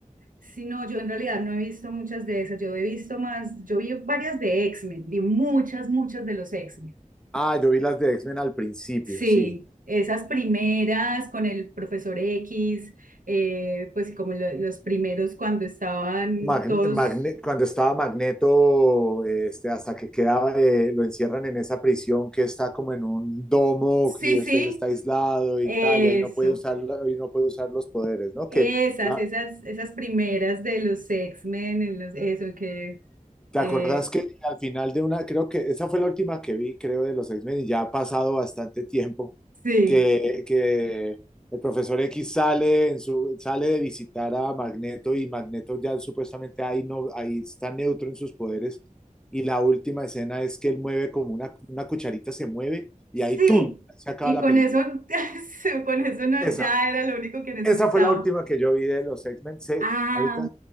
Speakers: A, on the right; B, in the centre.
A: Sí, no, yo en realidad no he visto muchas de esas, yo he visto más, yo vi varias de X-Men, vi muchas, muchas de los X-Men.
B: Ah, yo vi las de X-Men al principio,
A: Sí,
B: sí.
A: esas primeras con el profesor X, eh, pues sí, como lo- los primeros cuando estaban
B: Mag-
A: todos,
B: Magne- cuando estaba Magneto, este, hasta que quedaba, eh, lo encierran en esa prisión que está como en un domo
A: sí,
B: y este,
A: sí,
B: él está aislado y
A: eso,
B: tal, y ahí no puede usar, y no puede usar los poderes, ¿no? Que
A: esas,
B: la,
A: esas, esas primeras de los X-Men, en los, eso que,
B: ¿Te
A: eh,
B: acordás que al final de una, creo que esa fue la última que vi, creo, de los X-Men y ya ha pasado bastante tiempo,
A: sí,
B: que, que el profesor X sale, en su, sale de visitar a Magneto y Magneto ya supuestamente ahí, no, ahí está neutro en sus poderes y la última escena es que él mueve como una, una cucharita, se mueve y
A: sí,
B: ahí ¡tum! se acaba
A: y
B: la
A: con
B: película.
A: eso, <laughs> con eso no-
B: Esa,
A: ya era lo único que necesitaba.
B: esa fue la última que yo vi de los X-Men. Se-
A: Ah,
B: ahorita,